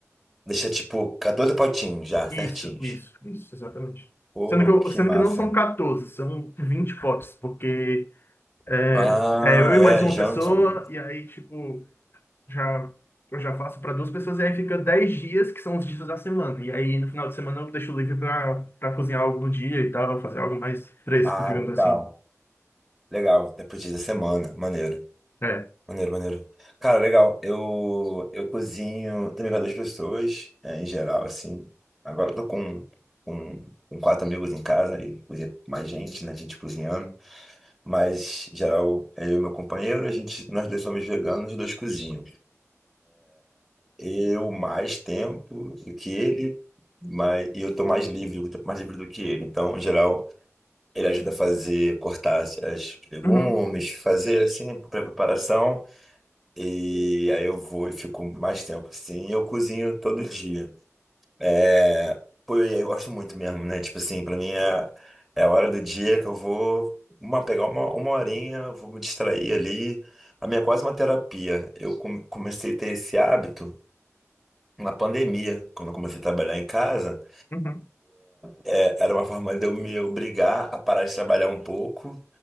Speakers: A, in the centre; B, on the left.
A: Deixa tipo 14 potinhos já, certinhos.
B: Isso, isso, isso, exatamente.
A: Oh,
B: Sendo que, eu-
A: que
B: sendo
A: massa.
B: que não são 14, são 20 potes, porque é,
A: Ah,
B: é eu e
A: é,
B: mais uma
A: janta.
B: pessoa,
A: né?
B: e aí, tipo, já, eu já faço para duas pessoas, e aí fica 10 dias, que são os dias da semana. E aí, no final de semana, eu deixo livre para para cozinhar algo no dia e tal, fazer algo mais fresco,
A: Ah,
B: digamos
A: legal.
B: assim.
A: Legal, Depois pro da semana, maneiro.
B: É.
A: Maneiro, maneiro. Cara, legal. Eu, eu cozinho também para duas pessoas, é, em geral, assim. Agora eu tô com, com, com quatro amigos em casa e cozinha com mais gente, né? Gente cozinhando. Mas, em geral, é eu e meu companheiro, a gente, nós dois somos veganos e dois cozinham. Eu mais tempo do que ele, mas, e eu tô mais livre, eu tô mais livre do que ele. Então, em geral, ele ajuda a fazer, cortar as, as legumes,
B: Uhum,
A: fazer, assim, preparação. E aí eu vou e fico mais tempo, assim. Eu cozinho todo dia. É, Pô, e aí eu gosto muito mesmo, né? Tipo assim, pra mim é, é a hora do dia que eu vou uma, pegar uma, uma horinha, vou me distrair ali. A minha é quase uma terapia. Eu come- comecei a ter esse hábito na pandemia, quando eu comecei a trabalhar em casa.
B: uhum,
A: É, era uma forma de eu me obrigar a parar de trabalhar um pouco